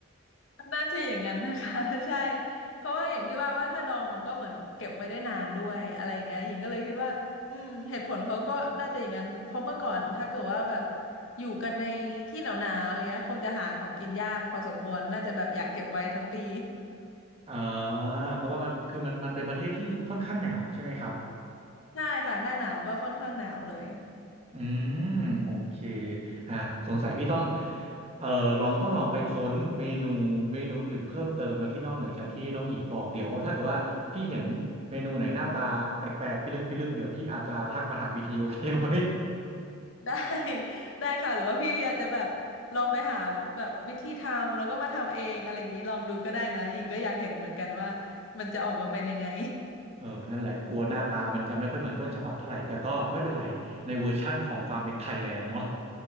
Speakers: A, on the left; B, on the right.
A: น่าจะอย่างนั้นนะคะ <laughs> ใช่เพราะว่าอย่างที่ว่าว่าถ้าดองมันก็เหมือนเก็บไว้ได้นานด้วยอะไรอย่างเงี้ยหญิงก็เลยคิดว่าอืมเหตุผลเขาก็น่าจะอย่างนั้นเพราะเมื่อก่อนถ้าเกิดว่าแบบอยู่กันในที่หนาวๆอย่างเงี้ยคงจะหาของกินยากพอสมควรน่าจะแบบอยากเก็บไว้ทั้งปี
B: ๆ <laughs> อ่าเพราะว่ามันคือมันมันเป็นประเทศที่ค่อนข้างหนาวใช่ไหมครับ
A: <laughs> ใช่ค่ะหน้าหนาวก็ค่อนข้างหนาวเลย
B: อืมโอเคอ่ะสงสัยพี่ต้องเอ่อลองต้องลองไปค้นเมนูเมนูอื่นเพิ่มเติมเนอะที่นอกเหนือจากที่น้องหญิงบอกเดี๋ยวถ้าเกิดว่าพี่เห็นเมนูไหนหน้าตาแปลกๆพิลึกพิลึกเดี๋ยวพี่อาจจะทักมาถามพี่ทีโอเคไหม
A: <laughs> ได้ <laughs> ได้ค่ะหรือว่าพี่อาจจะแบบลองไปหาแบบวิธีทำแล้วก็มาทำเองอะไรอย่างนี้ลองดูก็ได้นะหญิงก็อยากเห็นเหมือนกันว่ามันจะออกมาเป็นยังไง
B: <laughs> เออนั่นแหละกลัวหน้าตามันจะไม่ค่อยเหมือนต้นฉบับเท่าไหร่แต่ก็ไม่เป็นไรในเวอร์ชั่นของความเป็นไทยแลนด์เนาะ